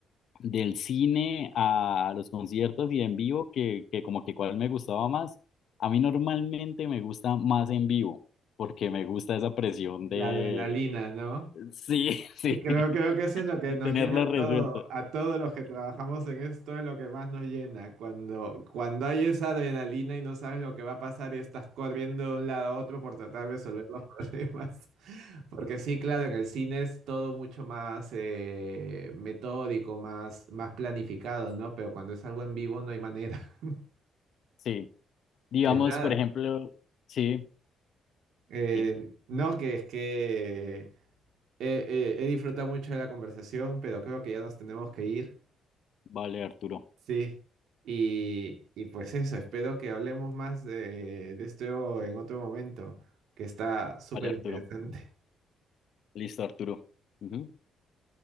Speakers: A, on the left; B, on the right.
A: del cine a los conciertos y en vivo, que, que como que cuál me gustaba más. A mí normalmente me gusta más en vivo, porque me gusta esa presión de,
B: La adrenalina, ¿no?
A: sí, <laughs> sí,
B: Creo, creo que eso es lo que
A: de
B: nos
A: tenerlo
B: llena a
A: resuelto.
B: todo, a todos los que trabajamos en esto, es lo que más nos llena. Cuando, cuando hay esa adrenalina y no sabes lo que va a pasar y estás corriendo de un lado a otro por tratar de resolver los <laughs> problemas. Porque sí, claro, en el cine es todo mucho más eh, metódico, más, más planificado, ¿no? Pero cuando es algo en vivo no hay manera. <laughs>
A: Sí, digamos,
B: Pues nada.
A: por ejemplo, sí,
B: Eh,
A: sí,
B: no, que es que eh, eh, he disfrutado mucho de la conversación, pero creo que ya nos tenemos que ir.
A: vale, Arturo,
B: Sí. Y, y pues eso, espero que hablemos más de, de esto en otro momento, que está súper
A: vale, Arturo.
B: interesante.
A: Listo, Arturo. Ujú,